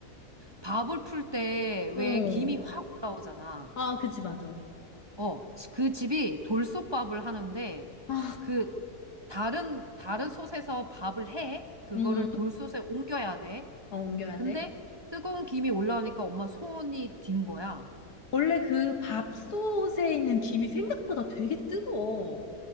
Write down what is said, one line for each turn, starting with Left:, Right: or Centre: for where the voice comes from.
Right: 밥을 풀 때
Left: 어.
Right: 왜 김이 확 올라오잖아.
Left: 아, 그치 맞아.
Right: 어, 그 집이 돌솥밥을 하는데
Left: 아.
Right: 그 다른 다른 솥에서 밥을 해. 그거를
Left: 응.
Right: 돌솥에
Left: 응.
Right: 옮겨야 돼.
Left: 어, 옮겨야
Right: 근데
Left: 돼.
Right: 뜨거운 김이 올라오니까 엄마 손이 딘 거야.
Left: 원래 그 밥솥에 있는 김이 생각보다 되게 뜨거워.